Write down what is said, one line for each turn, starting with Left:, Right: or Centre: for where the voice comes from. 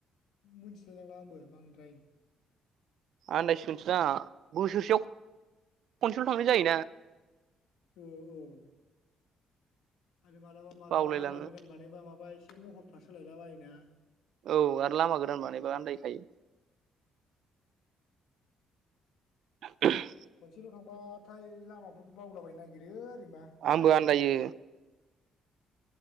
Left: मिथिलायलांला आंबो बांद्राय
Right: आन्दायसिगोन सो दा बोसोरसेयाव खनसेल' थांनाय जायोना
Left: औ औ आरो मालाबा मालाबा
Right: बावलायलाङो
Left: लामा गोदान बानायबा माबा एसे महरफ्रा सोलायला बायोना
Right: औ आरो लामा गोदान बानायबा आन्दायखायो <unintelligible>
Left: खनसेल' थांबाथाय लामाफोरखौ बावलाबायनो नागिरो ओरैनोबा
Right: आंबो आन्दायो